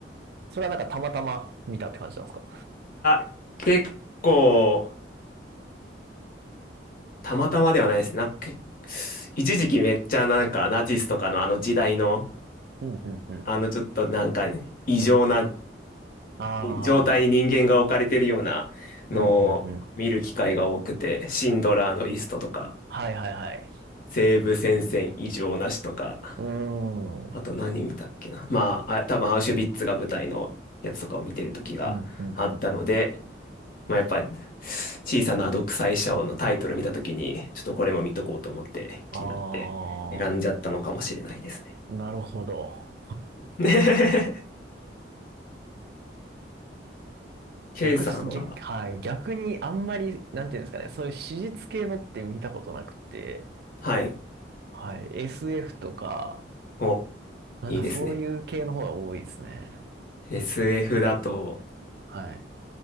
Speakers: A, on the right; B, on the left.
A: それはなんかたまたま見たって感じなんですか
B: あ、結構、たまたまではないです。なんか、け一時期めっちゃなんかナチスとかのあの時代の、
A: うん、うん、うん。
B: あのちょっとなんか異常な
A: ああ、
B: 状態に人間が置かれてるようなのを見る機会が多くて、
A: うん、うん、うん。
B: シンドラーのリストとか、
A: はい、はい、はい。
B: 西部戦線異常なしとか、
A: うー
B: あと何見たっけな。
A: ん。
B: まあ、あ、多分アウシュビッツが舞台のやつとかを見てる時があったので、
A: うん、うん、うん、うん。
B: まあやっぱり小さな独裁者王のタイトル見た時に、ちょっとこれも見とこうと思って気になって選んじゃったのかもしれないですね。
A: ああ。なるほど。
B: <laughs> K
A: 僕す、
B: さんは、
A: げ、はい。逆にあんまり、なんていうんですかね、そういう史実系のって見たことなくて、
B: はい、
A: はい。SF とか、
B: お、
A: なんかそういう系の方が多いですね。
B: いいですね。SF だと
A: はい。